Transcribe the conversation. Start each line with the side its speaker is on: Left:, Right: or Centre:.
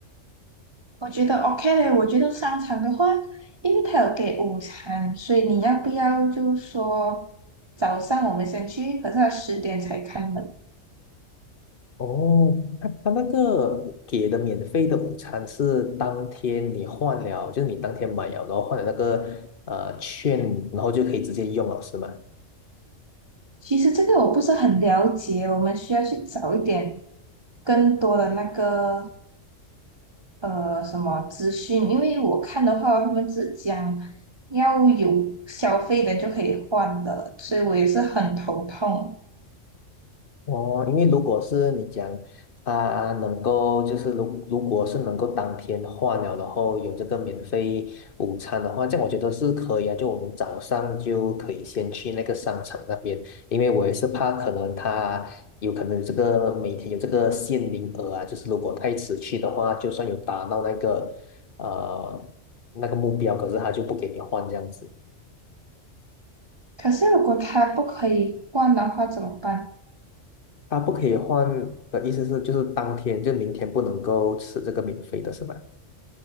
Right: 我觉得 OK 嘞。我觉得商场的话，因为他有给午餐，所以你要不要就说早上我们先去，可是它十点才开门。
Left: 哦，他他那个给的免费的午餐是当天你换了，就是你当天买了，然后换了那个呃券，然后就可以直接用了，是吗？
Right: 其实这个我不是很了解，我们需要去找一点更多的那个呃什么资讯，因为我看的话，他们只讲要有消费的就可以换的，所以我也是很头痛。
Left: 哦，因为如果是你讲他能够，就是如如果是能够当天换了，然后有这个免费午餐的话，这样我觉得是可以啊。就我们早上就可以先去那个商场那边，因为我也是怕可能他有可能有这个每天有这个限名额啊，就是如果太迟去的话，就算有达到那个呃那个目标，可是他就不给你换这样子。
Right: 可是如果它不可以换的话怎么办？
Left: 他不可以换的意思是，就是当天就明天不能够吃这个免费的是吧？